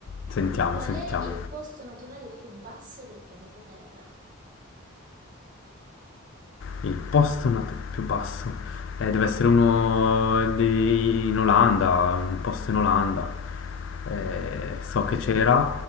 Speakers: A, on the left; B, on the right.
A: sentiamo,
B: Qual
A: sentiamo.
B: è il posto naturale più basso del pianeta Terra?
A: Il posto nat- più basso eh, deve essere uno di- in Olanda, un posto in Olanda. Eh, so che c'era,